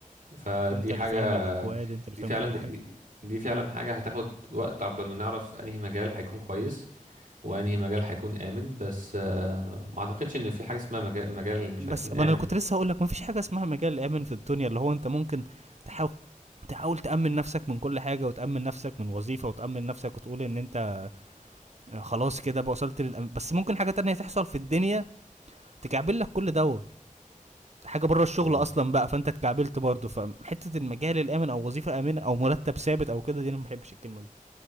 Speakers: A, on the right (about 75°); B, on the right (about 55°).
A: فدي
B: انت اللي
A: حاجه
B: فاهم الاكواد انت اللي
A: دي
B: فاهم
A: فعلا
B: كل
A: دي,
B: حاجه
A: دي دي فعلا حاجه هتاخد وقت عقبال ما نعرف انهي مجال هيكون كويس وانهي مجال هيكون امن بس آه، ما اعتقدش ان في حاجه اسمها مجال مجال مش
B: بس
A: هيكون
B: ما
A: امن
B: انا كنت لسه هقول لك ما فيش حاجه اسمها مجال امن في الدنيا اللي هو انت ممكن تحاول تحاول تأمن نفسك من كل حاجة وتأمن نفسك من وظيفة وتأمن نفسك وتقول إن أنت خلاص كده بقى وصلت للأم... بس ممكن حاجة تانية تحصل في الدنيا تكعبل لك كل دوا حاجة بره الشغل
A: بالظبط
B: أصلا بقى فأنت اتكعبلت برضه فحتة المجال الآمن أو وظيفة آمنة أو مرتب ثابت أو كده دي أنا ما بحبش الكلمة دي